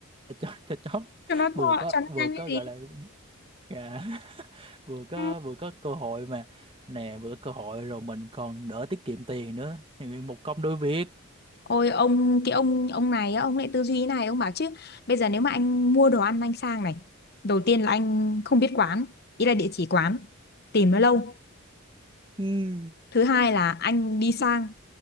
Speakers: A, on the right (about 25°); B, on the left (about 50°).
A: cho cho chót
B: cho nó
A: vừa
B: to,
A: có
B: cho nó
A: vừa
B: nhanh
A: có
B: cái
A: gọi
B: gì
A: là dạ, <laughs> vừa có
B: Ừ.
A: vừa có cơ hội mà nè vừa có cơ hội rồi mình còn đỡ tiết kiệm tiền nữa thì một công đôi việc
B: Ôi ông cái ông ông này á, ông lại tư duy thế này ông bảo chứ bây giờ nếu mà anh mua đồ ăn anh sang này đầu tiên là anh không biết quán ý là địa chỉ quán tìm nó lâu
A: ừ.
B: thứ hai là anh đi sang